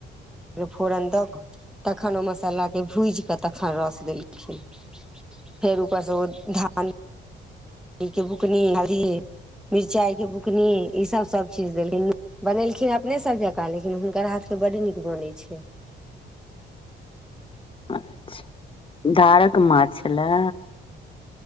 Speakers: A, in the centre; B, on the left (about 25°).
A: फेर फोरन द क तखन ओ मसालाके भूजि क तखन रस देलखिन। फेर ऊपर से ओ धान धनी के बुकनी हल्दी, मिरचाई के बुकनी ई सब सब चीज देल बनेलखिन अपने सभ जकाँ लेकिन हुनकर हाथ से बड नीक बनै छै
B: अचछा, धारक माछ छले।